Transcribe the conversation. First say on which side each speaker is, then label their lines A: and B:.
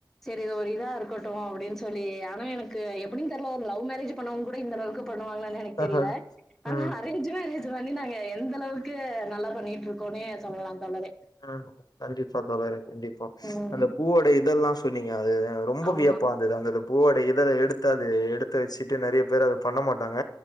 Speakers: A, in the centre; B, on the left.
A: செரி இது ஒரு இதாருக்கட்டு அவுடின் சொல்லீ அனா எனக்கூ எப்பிடின் தெர்ல ஒர் லவு மேரேஜ் பண்ணவங் குட இந்தளவுக்குப் பண்ணுவாங்களான் எனக் தெரில
B: ஆஹ
A: அனா
B: ம்
A: அரேஞ்ச் மேரேஜ் இது வந்து நாங்க எந்தளவுக்கு நல்லா பண்ணிட்டுருக்கோமே சொல்லா தோழறே
B: ஆஹ் கண்டிப்பா தோழரே கண்டிப்பா
A: ம்.
B: அந்த பூவோட இதெல்லா சொன்னிங் ஏ அதுதா ரொம்போ
A: ஆமா.
B: வியப்பாந்தது அந்ததுப் பூவோட இதழெ எடுத்தாது எடுத்து வச்சிட்டு நறயெ பேர் அத பண்ண மாட்டாங்க